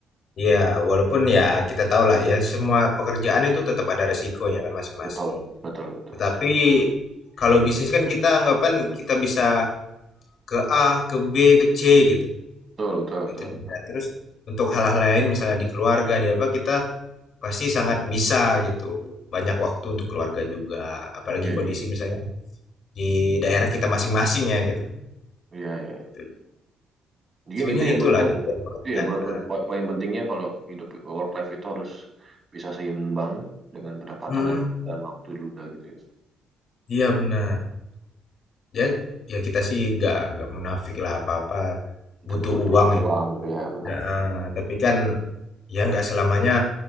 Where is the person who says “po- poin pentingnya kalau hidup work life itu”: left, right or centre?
Right